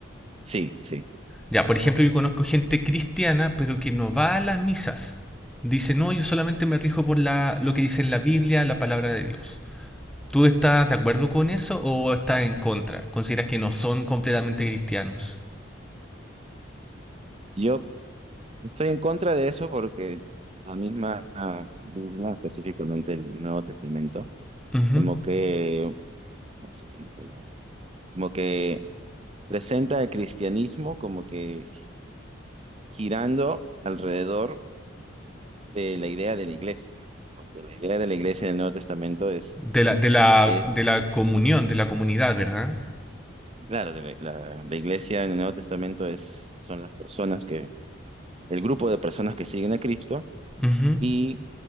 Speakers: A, on the right; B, in the centre.
A: Sí, sí.
B: Ya, por ejemplo, yo conozco gente cristiana, pero que no va a las misas. Dice, no, yo solamente me rijo por la, lo que dice en la Biblia, la palabra de Dios. ¿Tú estás de acuerdo con eso o estás en contra? ¿Consideras que no son completamente cristianos?
A: Yo Estoy en contra de eso porque la misma ah, Biblia, específicamente el Nuevo Testamento,
B: Ujú.
A: como que, así, como como que presenta el cristianismo como que girando alrededor de la idea de la iglesia. Porque la idea de la iglesia en el Nuevo Testamento es,
B: De la, de la,
A: es-
B: de la comunión, de la comunidad, ¿verdad?
A: claro, de la, la- la iglesia en el Nuevo Testamento es, son las personas que, el grupo de personas que siguen a Cristo
B: Ujú.
A: y